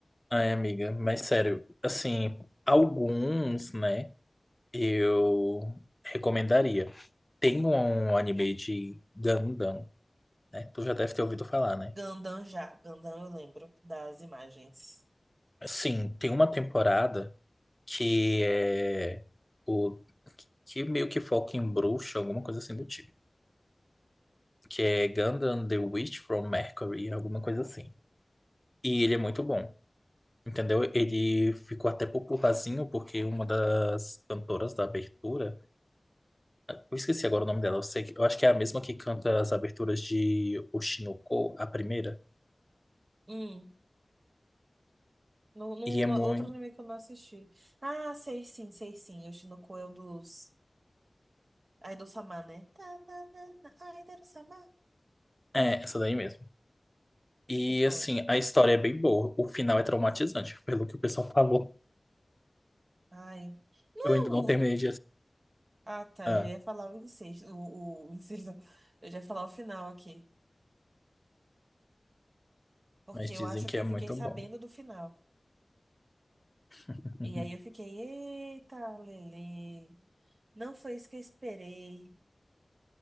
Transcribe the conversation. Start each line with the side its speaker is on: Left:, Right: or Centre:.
Left: Ai, amiga, mas sério, assim, alguns, né, eu recomendaria. Tem um anime de Gundam, né? Tu já deve ter ouvido falar, né?
Right: Gandam já, Gandam eu lembro das imagens.
Left: Sim, tem uma temporada que é o que meio que foca em bruxa, alguma coisa assim do tipo, que é Gundam The Witch from Mercury, alguma coisa assim. E ele é muito bom, entendeu? Ele ficou até popularzinho porque uma das cantoras da abertura Eu esqueci agora o nome dela. Eu sei que, eu acho que é a mesma que canta as aberturas de Oshinoko, a primeira.
Right: Hum, no, no,
Left: E é muito.
Right: no- outro anime que eu não assisti. Ah, sei sim, sei sim. Yoshinoko é o dos Aido-sama, né? Tá, tá, tá, tá, Aido-sama.
Left: É, essa daí mesmo. E
Right: Sei qual
Left: assim,
Right: é.
Left: a história é bem boa. O final é traumatizante, pelo que o pessoal falou.
Right: Ai. Não,
Left: Eu ainda não terminei.
Right: o- ah, tá.
Left: Ah,
Right: Eu já ia falar o incesto. O, o incesto. <laughs> Eu já ia falar o final aqui. Porque
Left: mas
Right: eu
Left: dizem
Right: acho
Left: que
Right: que
Left: é
Right: eu
Left: muito
Right: fiquei sabendo
Left: bom.
Right: do final.
Left: <laughs>
Right: E aí eu fiquei, eita, Lele. Não foi isso que eu esperei.